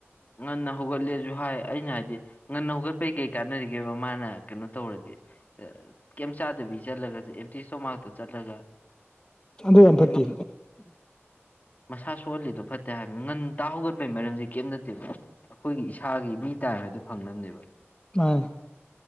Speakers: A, on the left; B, on the left.
A: ꯉꯟꯅ ꯍꯧꯒꯠꯂꯦꯁꯨ ꯍꯥꯏ ꯑꯩꯅ ꯍꯥꯏꯗꯤ ꯉꯟꯅ ꯍꯧꯒꯠꯄꯩ ꯀꯩ ꯀꯥꯟꯅꯔꯤꯒꯦꯕ ꯃꯥꯅ ꯀꯩꯅꯣ ꯇꯧꯔꯗꯤ ꯀꯦꯝꯆꯥꯗꯕꯤ ꯆꯠꯂꯒ ꯑꯦꯝꯇꯤꯁꯇꯣꯃꯥꯛꯇ ꯆꯠꯂꯒ
B: ꯑꯗꯨ ꯌꯥꯝ
A: ꯍꯥꯏꯗꯤ
B: ꯐꯠꯇꯦ
A: ꯃꯁꯥ ꯁꯣꯛꯍꯜꯂꯤꯗꯣ ꯐꯠ ꯍꯥꯏꯕ ꯉꯟ ꯇꯥ ꯍꯧꯒꯠꯄꯒꯤ ꯃꯔꯝꯁꯦ ꯀꯩꯝ ꯅꯠꯇꯦ ꯑꯩꯈꯣꯏꯒꯤ ꯏꯁꯥꯒꯤ ꯃꯤ ꯇꯥꯏꯝ ꯍꯥꯏꯕꯗꯣ ꯐꯪꯅꯕꯅꯦꯕ
B: ꯃꯥꯅꯦ